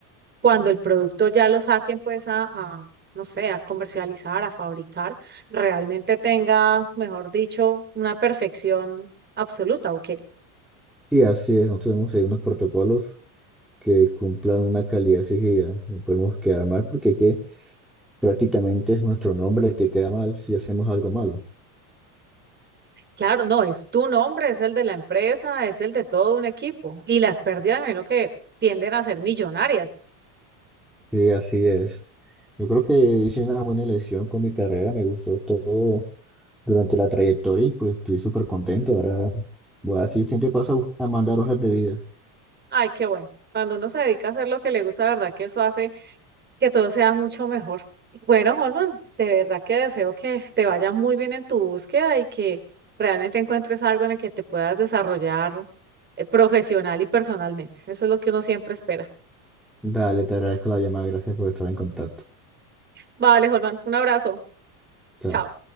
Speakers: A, on the right; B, in the centre.
A: cuando el producto ya lo saquen, pues a, a, no sé, a comercializar, a fabricar, realmente tenga, mejor dicho, una perfección absoluta, ¿ok?
B: Sí, así es, nosotros tenemos ahí unos protocolos que cumplan una calidad exigida, no podemos quedar mal porque hay que prácticamente es nuestro nombre el que queda mal si hacemos algo malo.
A: Claro, no, es tu nombre, es el de la empresa, es el de todo un equipo. Y las pérdidas, me que tienden a ser millonarias.
B: Sí, así es. Yo creo que hice una buena elección con mi carrera, me gustó todo durante la trayectoria y pues estoy súper contento. Ahora voy a decir, siempre paso a bus- a mandar hojas de vida.
A: Ay, qué bueno. Cuando uno se dedica a hacer lo que le gusta, de verdad que eso hace que todo sea mucho mejor. Bueno, Holman, de verdad que deseo que te vaya muy bien en tu búsqueda y que realmente encuentres algo en el que te puedas desarrollar eh, profesional y personalmente. Eso es lo que uno siempre espera.
B: Dale, te agradezco la llamada, gracias por estar en contacto.
A: Vale, Holman, un abrazo.
B: Chao.
A: Chao.